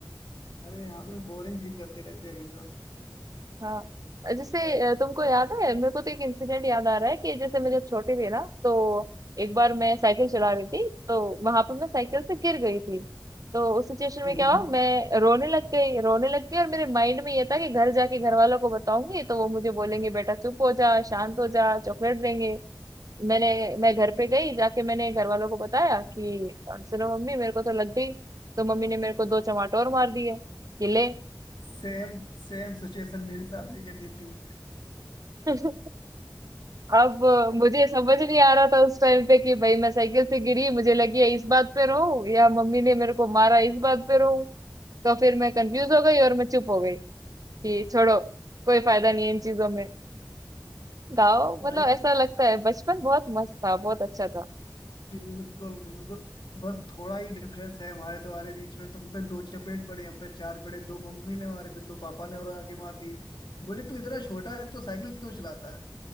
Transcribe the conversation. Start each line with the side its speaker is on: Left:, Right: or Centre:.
Left: अरे यहाँ पे बोरिंग फील करते रहते हैं हमेशा
Right: हाँ जैसे अ, तुमको याद है मेरे को तो एक इंसिडेंट याद आ रहा है कि जैसे मैं जब छोटी थी ना तो एक बार मैं साइकिल चला रही थी तो वहां पे मैं साइकिल से गिर गई थी तो उस सिचुएशन में
Left: हम्म।
Right: क्या हुआ मैं रोने लग गई रोने लग गई और मेरे माइंड में ये था कि घर जाके घर वालों को बताऊंगी तो वो मुझे बोलेंगे बेटा चुप हो जा शांत हो जा चॉकलेट देंगे मैंने मैं घर पे गई जाके मैंने घर वालों को बताया कि सुनो मम्मी मेरे को तो लग गई तो मम्मी ने मेरे को दो चमाटोर मार दिए कि ले
Left: सेम सेम सिचुएशन मेरे साथ भी घटी थी
Right: <laughs> अब मुझे समझ नहीं आ रहा था उस टाइम पे कि भाई मैं साइकिल से गिरी मुझे लगी है इस बात पे रो या मम्मी ने मेरे को मारा इस बात पे रो तो फिर मैं कंफ्यूज हो गई और मैं चुप हो गई कि छोड़ो कोई फायदा नहीं है इन चीजों में गाओ
Left: भाई
Right: मतलब ऐसा लगता है बचपन बहुत मस्त था बहुत अच्छा था
Left: बिल्कुल बिल्कुल बस थोड़ा ही डिफरेंस है हमारे तुम्हारे बीच में तुम पे दो चपेट पड़े हम पे चार पड़े दो मम्मी ने मारे फिर दो पापा ने और आके मार दिए बोले तू इतना छोटा है तो साइकिल क्यों चलाता है